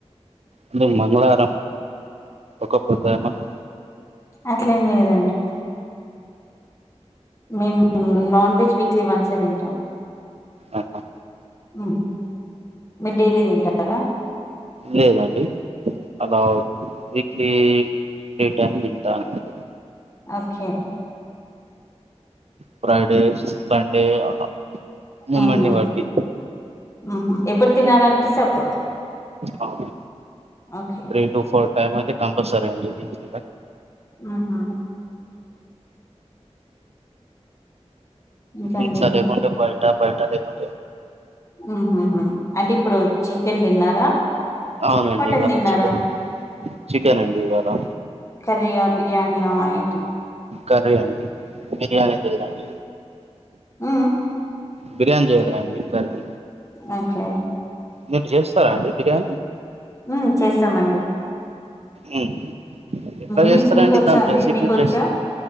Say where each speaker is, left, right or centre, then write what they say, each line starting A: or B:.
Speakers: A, on the right; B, on the left.
A: అంటే మంగళారం ఒక్క పొద్దా ఏమన్నా
B: అట్లేం లేదండి మేము నాన్ వెజ్ వీక్లీ వన్సే తింటాం
A: అహ్హ
B: ఉహు మీరు డైలీ తింటారా
A: లేదండి అలా వీక్లీ ఫ్రీ టైమ్ తింటాను అది
B: అకే
A: ఫ్రైడే సండే అలా మూమెంట్
B: ఆహా
A: ని బట్టి
B: ఉహు ఎప్పుడు తినాలనిపిస్తే ఆప్పుడు
A: అవును
B: ఆఖి
A: త్రీ టు ఫోర్ టైమ్ అయితే కంపల్సరీ అండి ఇగ
B: ఉహు ఇంకాండి
A: ఇంట్లో తేకుంటే బయట బయట లేకుంటే
B: ఉహుహు అంటే ఇప్పుడు చికెన్ తిన్నారా
A: అవునండి
B: మటన్
A: ఇవాళ
B: తిన్నారా
A: చికెన్ చికెన్ అండి ఇవాళ
B: కర్రీయా బిర్యానీయా ఏంటి
A: కర్రీ అండి బిర్యానీ తెలిదండి
B: ఉ
A: బిర్యానీ చేయలే అండి కర్రీ
B: ఓకే
A: మీరు చేస్తారా అండి బిర్యానీ
B: ఉ చేస్తామండి
A: ఉ ఎట్లా
B: మీకు
A: చేస్తారూ
B: మీకు
A: అండి
B: వచ్చా
A: దాని రెసిపీ
B: మీకు వచ్చా
A: చేస్